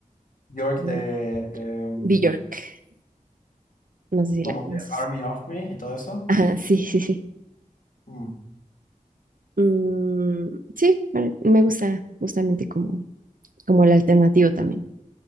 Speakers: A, on the left (about 75°); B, on the right (about 80°).
A: York
B: Em,
A: de, em,
B: Bjork, no sé si
A: como
B: la conoces.
A: de Army of Me y todo eso.
B: Ajá, sí, sí, sí.
A: Mm.
B: Mm, sí, me me gusta justamente como, como el alternativo también.